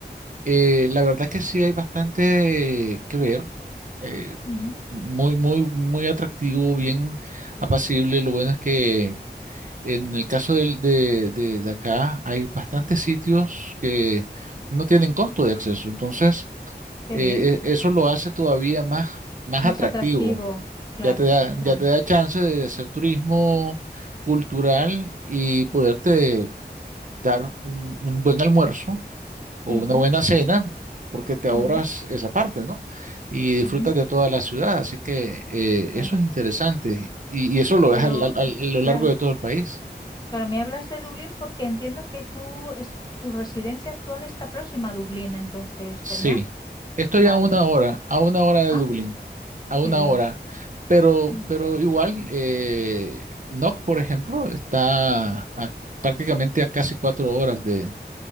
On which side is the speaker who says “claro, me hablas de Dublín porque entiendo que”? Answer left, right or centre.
Left